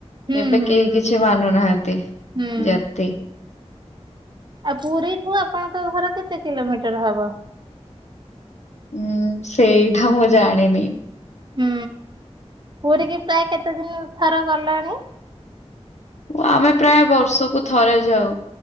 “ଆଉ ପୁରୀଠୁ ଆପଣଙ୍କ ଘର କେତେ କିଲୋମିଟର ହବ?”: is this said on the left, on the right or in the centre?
Right